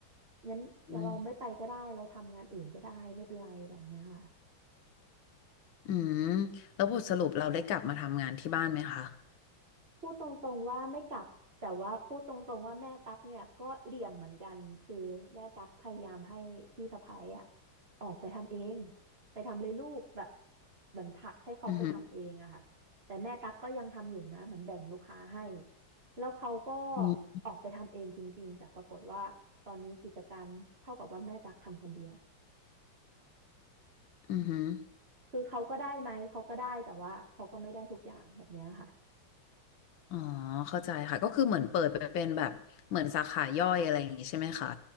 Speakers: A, on the right; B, on the left.
A: งั้นเราไม่ไปก็ได้
B: อืม
A: เราทำงานอื่นก็ได้ไม่เป็นไรแบบเนี้ยค่ะ
B: อืมแล้วบทสรุปเราได้กลับมาทำงานที่บ้านไหมคะ
A: พูดตรงๆว่าไม่กลับแต่ว่าพูดตรงๆว่าแม่ตั๊กเนี่ยก็เหลี่ยมเหมือนกันคือแม่ตั๊กพยายามให้พี่สะใภ้อะออกไปทำเองไปทำเลยลูกแบบเหมือนผลักให้เขาไปทำเองอะค่ะแต่แม่ตั๊กก็ยังทำอยู่นะเหมือนแบ่งลูกค้าให้
B: อือหือ
A: แล้วเขาก็
B: อืม
A: ออกไปทำเองจริงๆแต่ปรากฏว่าตอนนี้กิจการเท่ากับว่าแม่ตั๊กทำคนเดียว
B: ออหือ
A: คือเขาก็ได้ไหมเขาก็ได้แต่ว่าเขาก็ไม่ได้ทุกอย่างแบบเนี้ยค่ะ
B: อ๋อเข้าใจค่ะก็คือเหมือนเปิดไปเป็นแบบเหมือนสาขาย่อยอะไรอย่างงี้ใช่ไหมคะ